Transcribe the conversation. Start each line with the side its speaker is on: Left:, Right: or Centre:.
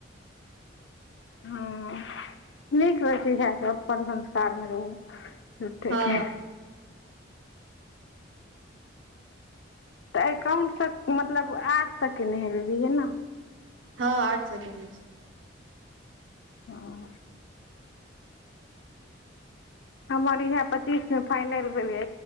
Left: ह नीक रहै छै इएह सब अपन संस्कार में रहू। झूठे
Right: हँ
Left: के। तऽ एकाउंट स मतलब आठ स केने हेबेबही नऽ।
Right: हँ आठ स केने छी।
Left: हँ। हमर इह पच्चीस मे फाइनल भेलै